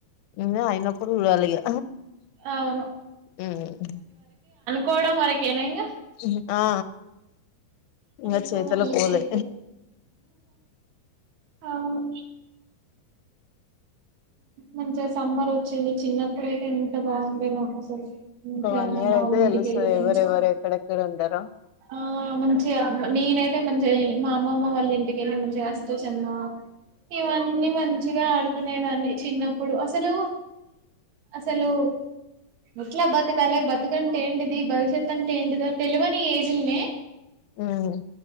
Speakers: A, on the left; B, on the right.
A: ముందే అయినప్పుడు జూడాలిగా
B: అవును
A: హ్మ్ ఉమ్.
B: కోడం వరకేనా ఇంగ?
A: హ్మ్ ఆ
B: అవి
A: ఇంగ
B: కూడా
A: చేతులకు
B: మనకే
A: పోలే
B: అయిపోతయి అవును. మంచిగ సమ్మర్ ఒచ్చింది చిన్నప్పుడయితే ఎంత బావుండెనో అసలు. మంచిగా
A: ఒక వన్
B: అమ్మమ్మ
A: ఇయర్ అయితే
B: వాళ్ళ ఇంటికెళ్ళి
A: తెలుస్తది, ఎవరేవరు ఎక్కడెక్కడ ఉంటరో?
B: ఆ మంచిగ నేనైతే మంచిగ మా అమ్మమ్మ వాళ్ళ ఇంటికెళ్ళి మంచిగా అష్ట చెమ్మ ఇవన్ న్ని మంచిగా ఆడుక్ నేదాన్ని చిన్నప్పుడు అసలూ అస అసలు ఎట్ల బతకాలి బతకంటే ఏంటిది? భవిష్యత్ అంటే ఏంటిదో తెలివని ఎజిల్నే
A: ఉమ్